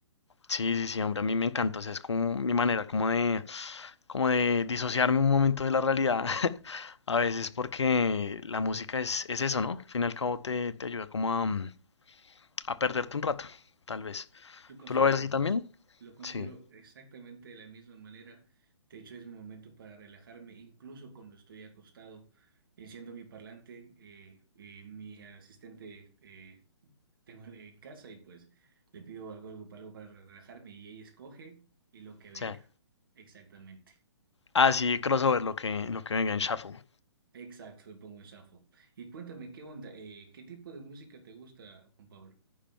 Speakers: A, on the left; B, on the right.
A: Sí, sí, sí, hombre, a mí me encanta, o sea, es como mi manera, como de, como de disociarme un momento de la realidad, <laughs> a veces porque la música es, es eso, ¿no? Al fin y al cabo te, te ayuda como a, mm, a perderte un rato, tal vez.
B: Yo considero
A: ¿Tú lo ves así
B: lo
A: también?
B: mismo. Lo considero
A: Sí,
B: exactamente de la misma manera. De hecho, es mi momento para relajarme, incluso cuando estoy acostado. Enciendo mi parlante eh, y mi asistente eh, tengo en casa y pues le pido algo, algo, para- algo para relajarme y ella escoge y lo
A: o
B: que venga.
A: sea,
B: Exactamente.
A: así crossover, lo que, lo que venga en shuffle.
B: Exacto, le pongo en shuffle. Y cuéntame, ¿qué onda? Eh, ¿qué tipo de música te gusta, Juan Pablo?